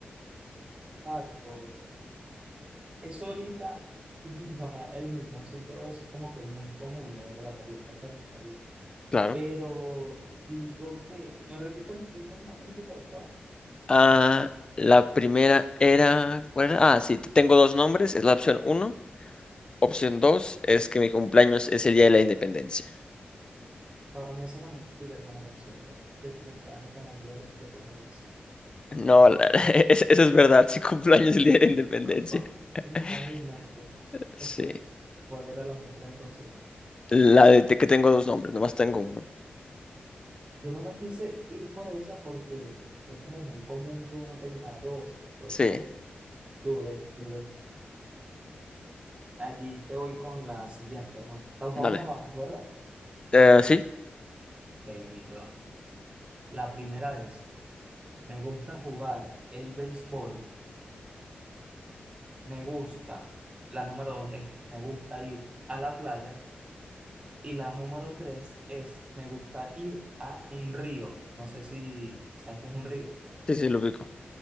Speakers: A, on the right (about 30°); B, on the left (about 25°).
A: Pacho, eso ahorita, <laughs> y va, el gimnasio y todo eso es como que muy común, la verdad, por lo menos acá en mi país.
B: Claro.
A: Pero digo que, me repitas lo primero nuevamente, por favor.
B: Ah, la primera era, ¿cuál era? Ah, sí, te- tengo dos nombres, es la opción uno. Opción 2 es que mi cumpleaños es el día de la independencia.
A: Para mí esa es la mentira, hermano, la opción. bro. Así que tu cumpleaños con el día de la independencia.
B: No, la- <laughs> es- eso es verdad, sí cumplo años el día de la independencia.
A: <laughs> Imagínate.
B: <laughs> Sí.
A: <laughs> ¿Cuál era la mentira entonces? no.
B: La de te- que tengo dos nombres, nomás tengo uno.
A: Yo no me quise ir por esa porque es como muy común que uno tenga dos. Entonces,
B: Sí,
A: dudé, dudé. Allí te voy con la siguiente, hermano. Dos
B: dale.
A: a uno, vamos, ¿verdad? Ok,
B: Eh, sí,
A: aquí te va. La primera es, me gusta jugar el béisbol, me gusta. La número dos es, me gusta ir a la playa. Y la número tres es, me gusta ir a un río. No sé si sabes qué es un río.
B: sí, sí, lo ubico.